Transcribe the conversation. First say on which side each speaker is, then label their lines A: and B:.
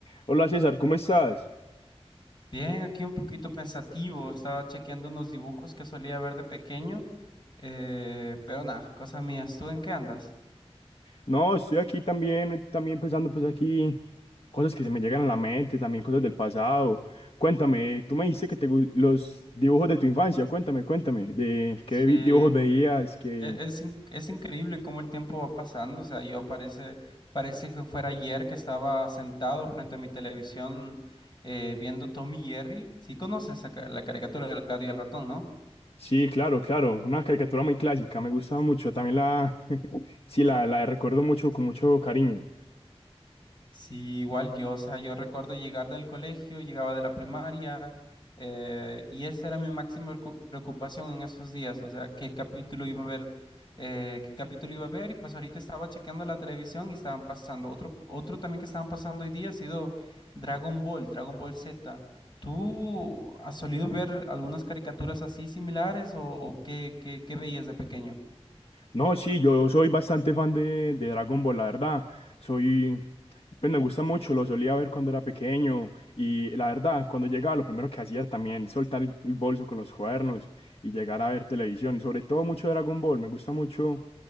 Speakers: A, on the left; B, on the left.
A: Hola César, ¿cómo estás?
B: Bien, aquí un poquito pensativo, estaba chequeando unos dibujos que solía ver de pequeño, eh, pero nada, cosa mía, ¿tú en qué andas?
A: No, estoy aquí también, también pensando pues aquí cosas que se me llegan a la mente, también cosas del pasado. Cuéntame, tú me dijiste que te gu- los dibujos de tu infancia, cuéntame, cuéntame, de
B: Sí,
A: qué vi-
B: e-
A: dibujos veías, que...
B: es, in- es increíble cómo el tiempo va pasando, o sea, yo parece, parece que fuera ayer que estaba sentado frente a mi televisión eh, viendo Tom y Jerry, sí conoces la ca- la caricatura del gato y el ratón, ¿no?
A: Sí, claro, claro, una caricatura muy clásica, me gusta mucho, también la... <laughs> sí, la, la recuerdo mucho, con mucho cariño.
B: Sí, igual yo, o sea, yo recuerdo llegar del colegio, llegaba de la primaria, eh, y esa era mi máxima preocu- preocupación en esos días, o sea, qué capítulo iba a ver, eh, qué capítulo iba a ver, y pues ahorita estaba chequeando la televisión y estaban pasando. Otro, otro también que estaban pasando hoy día ha sido Dragon Ball, Dragon Ball Z. ¿Tú has solido ver algunas caricaturas así similares o, o qué, qué, qué veías de pequeño?
A: No, sí, yo soy bastante fan de, de Dragon Ball, la verdad. Soy, pues me gusta mucho, lo solía ver cuando era pequeño y la verdad, cuando llegaba lo primero que hacía también soltar el, el bolso con los cuadernos y llegar a ver televisión, sobre todo mucho Dragon Ball, me gusta mucho,